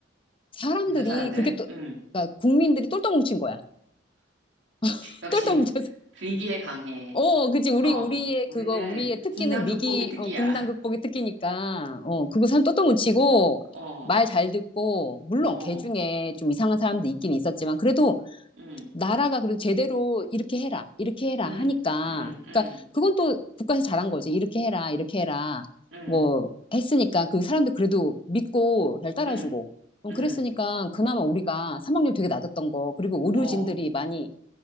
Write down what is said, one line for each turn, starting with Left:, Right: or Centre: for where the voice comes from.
Left: 사람들이
Right: 무슨 사람들?
Left: 그렇게 또
Right: 음.
Left: 그러니까 국민들이 똘똘 뭉친 거야. <laughs>
Right: 역시
Left: 똘똘 뭉쳐서.
Right: 위기에 강해.
Left: 어, 그치. 우리
Right: 어,
Left: 우리의
Right: 우리는
Left: 그거 우리의 특기는
Right: 국난 극복이
Left: 위기
Right: 특기야.
Left: 어, 국난 극복의 특기니까. 어, 그거 사람 똘똘 뭉치고
Right: <laughs> 어,
Left: 말 잘 듣고 물론
Right: 어,
Left: 개 중에 좀 이상한 사람도 있긴 있었지만 그래도
Right: 음,
Left: 나라가 그래도 제대로 이렇게 해라, 이렇게 해라
Right: 음,
Left: 하니까.
Right: 음, 음,
Left: 그러니까 그건 또 국가에서 잘한 거지. 이렇게 해라, 이렇게 해라.
Right: 음,
Left: 뭐 했으니까 그 사람들 그래도 믿고 잘 따라주고.
Right: 음,
Left: 음,
Right: 음,
Left: 그랬으니까 그나마 우리가 사망률 되게 낮았던 거. 그리고
Right: 어.
Left: 의료진들이 많이,